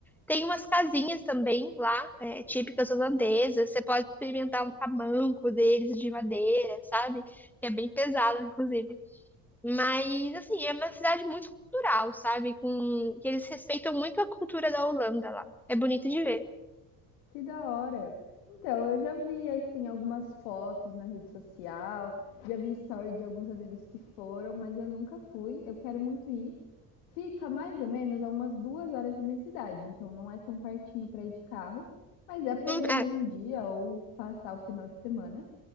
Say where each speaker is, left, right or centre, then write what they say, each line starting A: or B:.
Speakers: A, in the centre; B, on the left (about 85°).
A: Tem umas casinhas também lá, é, típicas holandesas. Você pode experimentar um tamanco deles de madeira, sabe? Que é bem pesado, inclusive. Mas, assim, é uma cidade muito cultural, sabe? Com... Que eles respeitam muito a cultura da Holanda lá. É bonito de ver.
B: Que da hora. Então, eu já vi, assim, algumas fotos na rede social, já vi story de alguns amigos que foram, mas eu nunca fui, eu quero muito ir. Fica mais ou menos a umas 2 horas da minha cidade, então não é tão pertinho para ir de carro, mas dá para
A: Hum,
B: ir no
A: é.
B: mesmo dia ou passar o final de semana.